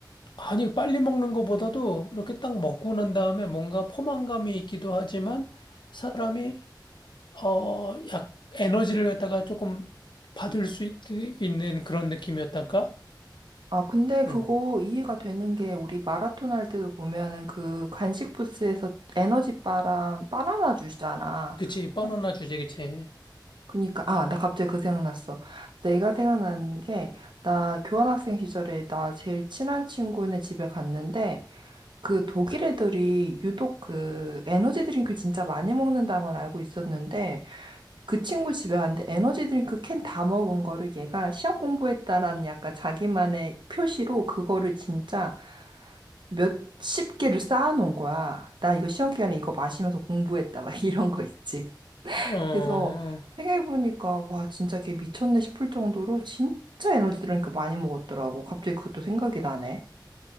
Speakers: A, on the left; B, on the right.
A: 아니, 빨리 먹는 것보다도 이렇게 딱 먹고 난 다음에 뭔가 포만감이 있기도 하지만 사람이, 어, 약, 에너지를 갖다가 조금 받을 수 있, 는 그런 느낌이었달까?
B: 아, 근데 그거
A: 음.
B: 이해가 되는 게 우리 마라톤 할 때도 보면은 그 간식 부스에서 에너지 바랑 바나나 주잖아.
A: 그치, 바나나
B: 어,
A: 주제, 그치.
B: 그니까, 아, 나 갑자기 그 생각났어. 내가 생각나는 게, 나 교환학생 시절에 나 제일 친한 친구네 집에 갔는데, 그 독일 애들이 유독 그 에너지 드링크 진짜 많이 먹는다는 건 알고 있었는데, 그 친구 집에 갔는데 에너지 드링크 캔 다 먹은 거를 얘가 시험 공부했다라는 약간 자기만의 표시로 그거를 진짜 몇십 개를 쌓아놓은 거야. 나 이거 시험 기간에 이거 마시면서 공부했다. 막 <laughs> 이런 거 있지.
A: 어,
B: 그래서 생각해보니까 와 진짜 걔 미쳤네 싶을 정도로 진짜 에너지 드링크 많이 먹었더라고. 갑자기 그것도 생각이 나네.